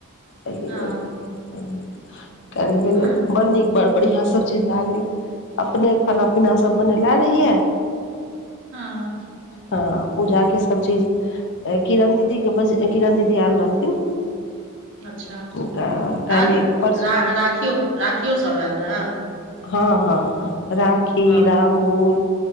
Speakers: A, on the left (about 55°); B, on the right (about 60°).
A: एहि
B: हँ
A: लेल कयलहि भेलै
B: आर
A: बड़ नीक बड़ बढ़िआँ सभ चीज भए गेलै अपने खाना पीना सभ बनने ला रहियै
B: हँ
A: हँ पूजाके सभ चीज किरण दीदीके बज किरण दीदी आयल रहथिन
B: अच्छा,
A: तऽ काल्हि
B: आर
A: परसू
B: राखियो राखियओ सब आयल रहए?
A: हँ हँ, हँ राखी,
B: आब
A: राहुल